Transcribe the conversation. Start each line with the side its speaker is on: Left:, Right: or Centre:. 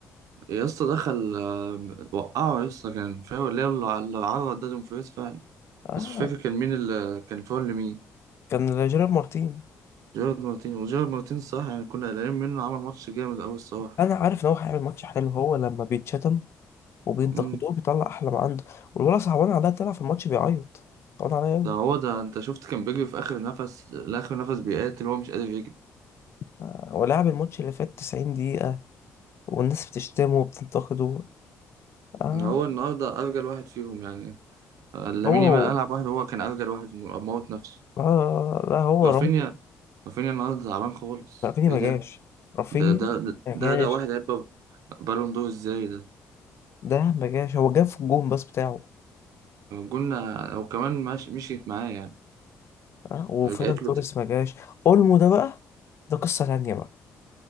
Right: يا اسطى دخل آه، وقعه يا اسطى كان فاول اللي هو اللي عرض ده دومفريز فعلا
Left: اه
Right: بس مش فاكر كان مين اللي كان فاول لمين
Left: كان جيرار مارتين
Right: جيرارد مارتين وجيرارد مارتين صح يعني كنا قلقانين منه عمل ماتش جامد قوي الصراحه
Left: انا عارف ان هو هيعمل ماتش حلو هو لما بيتشتم وبينتقدوه
Right: امم
Left: بيطلع احلى ما عنده والولد صعبان عليا طلع في الماتش بيعيط صعبان عليا أوي.
Right: ده هو ده انت شفت كان بيجري في اخر نفس لاخر نفس بيقاتل هو مش قادر يجري
Left: آه، هو لعب الماتش اللي فات 90 دقيقة والناس بتشتمه وبتنتقده آه
Right: هو النهارده ارجل واحد فيهم يعني آه، لامين
Left: هو هو
Right: يامال العب واحد هو كان ارجل واحد موت نفسه
Left: آه لا هو
Right: رافينيا
Left: رام-
Right: رافينيا النهارده تعبان خالص
Left: رافينيا
Right: ايه
Left: ما
Right: ده
Left: جاش رافينيا
Right: ده ده ده
Left: ما
Right: ده,
Left: جاش
Right: ده واحد هيبقى بالون دور ازاي ده
Left: ده ما جاش هو جاب في الجون بس بتاعه
Right: قلنا او كمان مش مشيت معاه يعني
Left: آه وفيران
Right: رجعت
Left: توريس
Right: له ت...
Left: ما جاش اولمو ده بقى ده قصة تانية بقى